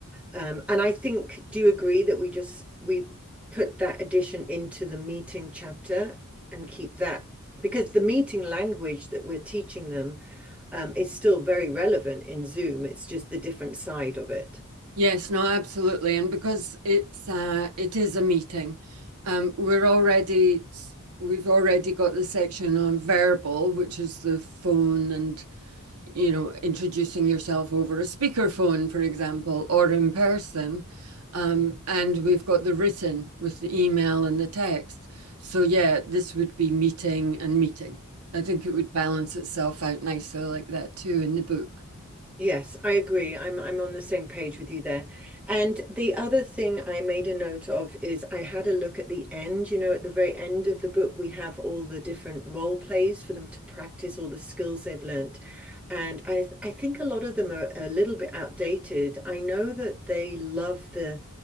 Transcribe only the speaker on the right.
Yes, no, absolutely. And because it's uh, it is a meeting, um, we're already we've already got the section on verbal, which is the phone and you know, introducing yourself over a speakerphone, for example, or in person. Um, and we've got the written with the email and the text. So, yeah, this would be meeting and meeting. I think it would balance itself out nicely like that too in the book.